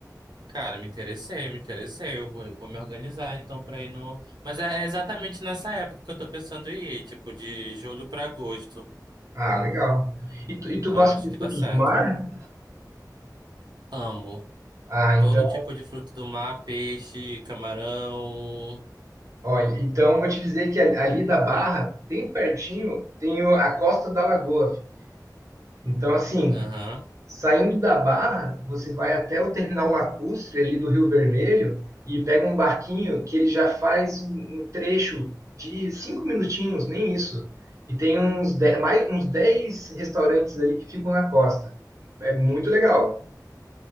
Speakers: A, on the right; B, on the right.
A: cara, me interessei, me interessei. Eu vou, eu vou me organizar então pra ir no. Mas é exatamente nessa época que eu tô pensando em ir, tipo, de julho pra agosto.
B: Ah, legal. E tu, e tu
A: Então
B: gosta
A: acho
B: de
A: que
B: frutos
A: dá certo.
B: do mar?
A: Amo.
B: Ah, então.
A: Todo tipo de fruto do mar, peixe, camarão.
B: Olha, então eu vou te dizer que a- ali da Barra, bem pertinho, tem o- a Costa da Lagoa. fi. Então, assim,
A: Aham.
B: saindo da Barra, você vai até o terminal lacustre ali do Rio Vermelho e pega um barquinho que ele já faz um, um trecho de cinco minutinhos, nem isso. E tem uns dez, mais, uns dez restaurantes ali que ficam na costa. É muito legal.